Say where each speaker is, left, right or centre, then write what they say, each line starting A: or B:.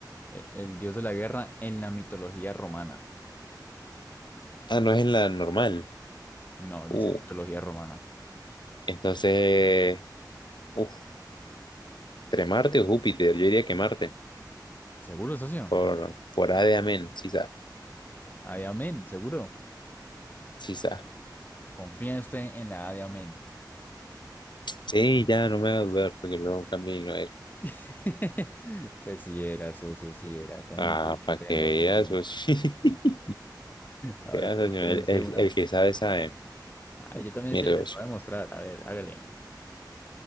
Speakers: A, on the left (about 25°); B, on the left (about 80°).
A: eh, el dios de la guerra en la mitología romana?
B: Ah, no es en la normal.
A: No, dice
B: Uh,
A: mitología romana.
B: entonces, uff, entre Marte o Júpiter, yo diría que Marte,
A: ¿Seguro, socio?
B: por, por A de amén, sí, sa-
A: Adiamén, seguro.
B: sí, sa.
A: ¿Confía usted en la Adiamén?
B: Sí, ya no me va a dudar, porque luego camino él.
A: <laughs> Pues sí era, socio, sí era. Está
B: Ah,
A: muy inteligente,
B: para
A: déjeme
B: que veas,
A: decirle.
B: socio. <laughs>
A: A
B: Que
A: ver,
B: veas,
A: pregúnteme
B: socio, el,
A: usted
B: el-
A: una.
B: el que sabe, sabe.
A: Ah, yo también
B: Mira,
A: se le voy
B: socio,
A: a demostrar. A ver, hágale.